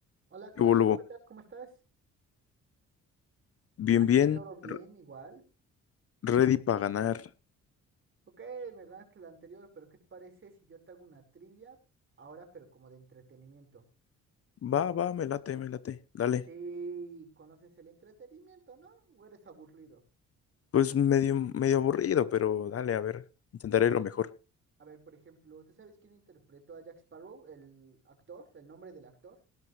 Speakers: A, on the right; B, on the left.
A: Hola, ¿qué
B: Luego,
A: tal?
B: luego,
A: ¿Cómo estás? ¿Cómo estás?
B: bien,
A: Aquí
B: bien,
A: todo bien,
B: re-
A: igual.
B: ready para ganar.
A: Ok, me ganaste la anterior, pero ¿qué te parece si yo te hago una trivia ahora, pero como de entretenimiento?
B: Va, va, me late, me late, dale.
A: Sí, conoces el entretenimiento, ¿no? ¿O eres aburrido?
B: Pues medio, medio aburrido, pero dale, a ver, intentaré lo mejor.
A: A ver, por ejemplo, ¿tú sabes quién interpretó a Jack Sparrow, el actor, el nombre del actor?